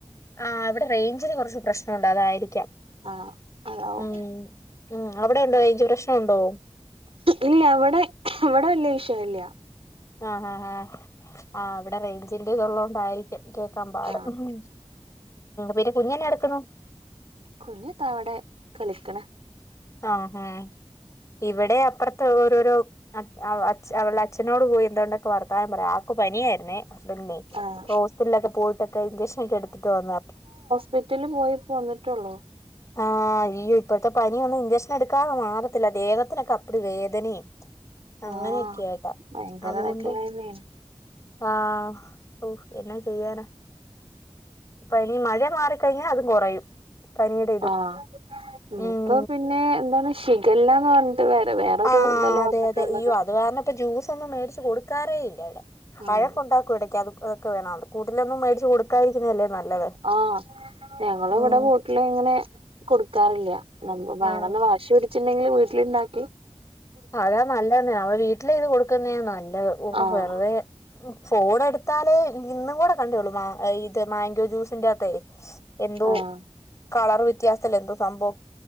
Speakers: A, on the left; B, on the right.
A: ആഹ് ഇവടെ റെയ്ഞ്ചിന് കൊറച്ച് പ്രശ്ന ഉണ്ട് അതായിരിക്ക്യാം.
B: ആഹ് അതാവും
A: മ്മ്ഹ്. മ്മ്ഹ്. അവിടെ ഉണ്ടോ റെയ്ഞ്ചു പ്രശ്നം ഉണ്ടോ?
B: ഇല്ലാ വടെ ഇവടെ വല്ല്യ വിഷയല്ല്യ.
A: ആഹ് ഹാ ഹാ. ആഹ് ഇവടെ റെയ്ഞ്ചിന്റെ ഇതുള്ളോണ്ടായിരിക്കും. കേക്കാൻ പാട്
B: ആഹ്
A: മ്മ്ഹ്. പിന്നെ കുഞ്ഞെന്നാ എട്ക്ക്ണു?
B: കുഞ്ഞ് ദാ വടെ കളിക്ണ്.
A: ആഹ് ഹേ ഇവടെ അപ്പർത്ത് ഓരോരോ അച് അവ അച്ച് അവൾടെ അച്ഛനോട് പോയി എന്താണ്ടൊക്കൊ വർ ത്താനം പറയാ. ആർക്ക് പനിയേര്ന്നേ. ഹസ്ബനന്റിനെ.
B: ആഹ്
A: അപ്പോ ഹോസ്പിറ്റലിലൊക്കെ പോയിട്ടൊക്കെ ഇഞ്ചക്ഷനൊക്കെ എടുത്തിട്ട് വന്നതാ.
B: പിറ്റൽല് പോയിപ്പോ വന്നിട്ടൊള്ളോ?
A: ആഹ് അയ്യോ. ഇപ്പഴ്ത്തെ പനിയൊന്നും ഇഞ്ചക്ഷൻ എടുക്കാതെ മാറത്തില്ല. ദേഹത്തിനൊക്കെ അപ്പടി വേദനിം. അങ്ങനെയൊക്കെയായിട്ടാ.
B: ആഹ് ഭയങ്കരായിട്ടുള്ള
A: അതുകൊണ്ട്
B: തന്നെയാണ്
A: ആഹ് ഹൊ എന്നാ ചെയ്യാനാ. പനി, മഴ മാറിക്കഴിഞ്ഞാ അതും കൊറയും. പനിയുടെ ഇതും
B: ആഹ്
A: ഉം
B: ഇപ്പൊ പിന്നെ എന്താണ് ഷിഗല്ലാന്ന് പർഞ് ട്ട് വേറെ വേറൊരു
A: ആഹ്
B: ഇതല്ലേ
A: അതെ
B: വന്നിട്ടുള്ളത്.
A: അതെ അയ്യോ അത് കാരണം ഇപ്പ ജ്യൂസൊന്നും മേടിച്ച് കൊടുക്കാറേ ഇല്ല വടെ.
B: ആഹ്
A: വഴക്കുണ്ടാക്കും എടക്ക് അത് അതൊക്കെ വേണോന്ന്. കൂട്ട്ലെ ഒന്നും മേടിച്ചു കൊടുക്കാതിരിക്കുന്നതല്ലേ ഇരിക്കുന്നല്ലേ നല്ലത്
B: ആഹ് ഞങ്ങള്
A: ഉം.
B: ഇവിടെ വീട്ടില് ഇങ്ങനെ കൊടുക്കാറില്ല. നമ് വേണം
A: ആഹ്
B: ന്ന് വാശി പിടിച്ചിണ്ടെങ്കിൽ വീട്ടില്ണ്ടാക്കി
A: അതാ നല്ലതെന്നേ <unintelligible> വീട്ടിലും ഇത് കൊടുക്കുന്നെയാ നല്ലത്. ഓഹ്
B: ആഹ്
A: വെറുതെ. ഫോൺ എടുത്താലേ ഇന്നും കൂടെ കണ്ടേയുള്ളൂ മേ ഏഹ് ഇത് മാങ്കോ ജ്യൂസിന്റെകത്തെ. എന്തോ
B: ആഹ്
A: കളർ വ്യത്യാസല്ലെ എന്തോ സംഭവ